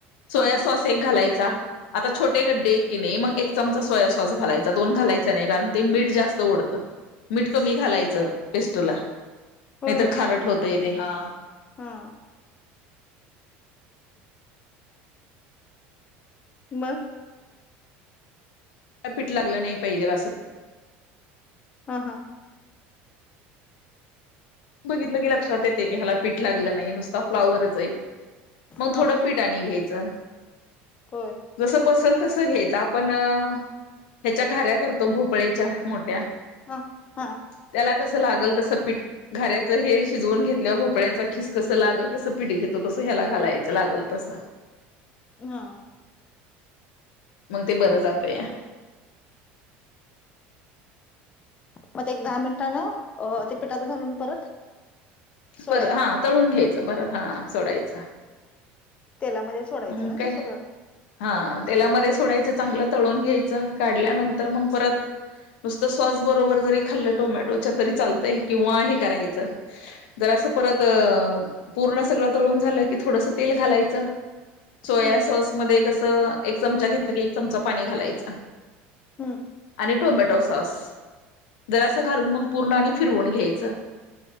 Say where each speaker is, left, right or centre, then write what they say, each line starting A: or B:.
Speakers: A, on the left; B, on the left.
A: सोया
B: हा हा
A: सॉस एक घालायचा. आता छोटे गड्डे की नाही मग एक चमचा सोया सॉस घालायचा. दोन घालायचा नाही. कारण ते मीठ जास्त ओढतं. मीठ कमी घालायचं पेस्टला.
B: होय
A: नाहीतर खारट होतंय ते हा.
B: हा. म?
A: ला पीठ लागलं नाही पाहिजेल असं.
B: हा हा.
A: बघितलं की लक्षात येते की ह्याला पीठ लागलं नाही नुसता फ्लाॉवरच आहे. मग
B: हा
A: थोडं पिठा नी घ्यायचं
B: होय
A: जसं बसंल तसं घ्यायच आपण ह्याच्या घाऱ्या करतो भोपळेच्या मोठ्या
B: हा हा
A: त्याला कसं लागल तसं पीठ घऱ्याचं हे शिजवून घेतल्या भोपळ्याचा खीस कसं लागल तसं पिट घेतो तसं ह्याला घालायचं, लागल तसं.
B: हा.
A: मग ते बरं जात या.
B: मग एक दहा मिनटानं ते पिठात घालून परत सोडायचं
A: पर हा तळून घ्यायचं, परत हा सोडायचं.
B: तेलामध्ये सोडायचं
A: म
B: ना
A: काय,
B: ते सगळं
A: हा तेलामध्ये थोडाचं चांगलं तळून घ्यायचं. काढल्यानंतर मग परत नुसतं स्वास बरोबर जरी खाल्लं टोमॅटोच्या तरी चालतंय किंवा हे करायचं ज अस परत पूर्ण सगळं तळून झालं, की थोडस तेल घालायच. सोया
B: हम्म
A: सॉसमध्येध्ये कसं एक चमचा घेतलं की एक चमचा पाणी घालायचं.
B: हम्म
A: आणि टोमॅटो सॉस जरासं घालून मग पूर्ण आणि फिरवून घ्यायचं.